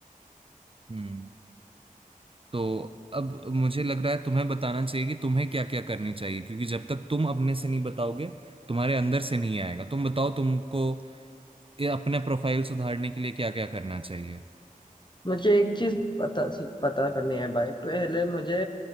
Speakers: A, on the right (about 40°); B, on the left (about 30°).
A: हम्म तो अब मुझे लग रहा है तुम्हें बताना चाहिए कि तुम्हें क्या क्या करनी चाहिए क्योंकि जब तक तुम अपने से नहीं बताओगे तुम्हारे अंदर से नहीं आएगा तुम बताओ तुमको ये अपना प्रोफाइल सुधारने के लिए क्या क्या करना चाहिए
B: मुझे एक चीज पता पता करनी है भाई पहले मुझे